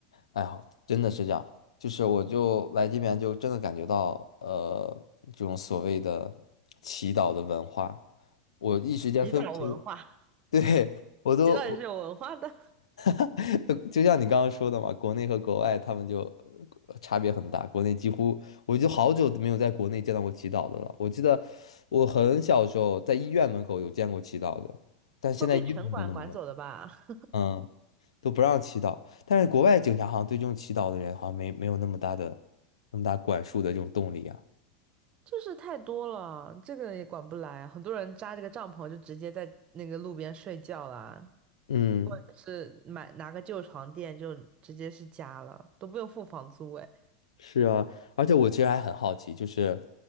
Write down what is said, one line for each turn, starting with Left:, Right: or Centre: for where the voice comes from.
Left: 哎呀，真的是这样，就是我就来这边就真的感觉到，呃，这种所谓的祈祷的文化，我一时间分不清。
Right: 极岛文化 <laughs>
Left: <laughs> 对，我都，
Right: 极道也是有文化的，
Left: 我 <laughs> 就像你刚刚说的嘛，国内和国外他们就呃差别很大，国内几乎我就好久都没有在国内见到过祈祷的了。我记得我很小时候在医院门口有见过祈祷的，但现在医院门口都没有。
Right: 会被城管管走的吧？
Left: 嗯。都不让祈祷。但是国外警察好像对这种祈祷的人好像没没有那么大的那么大管束的这种动力啊。
Right: 就是太多了，这个也管不来。很多人扎这个帐篷就直接在那个路边睡觉啦，
Left: 嗯，
Right: 或者是买拿个旧床垫就直接是家了，都不用付房租诶。
Left: 是啊，而且我其实还很好奇，就是，